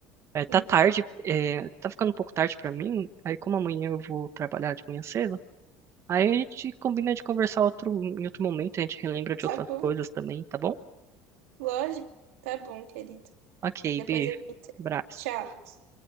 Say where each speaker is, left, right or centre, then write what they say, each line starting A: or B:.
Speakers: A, on the right (about 40°); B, on the right (about 85°).
A: é, tá
B: Enfim,
A: tarde, é, tá ficando um pouco tarde pra mim. Aí, como amanhã eu vou trabalhar de manhã cedo, aí a gente combina de conversar outro, em outro momento. A gente relembra de
B: tá
A: outras
B: bom.
A: coisas também, tá bom?
B: Lógico. Tá bom, querido.
A: Ok,
B: Depois
A: beijo.
B: a gente. se
A: Abraço.
B: fala. Tchau.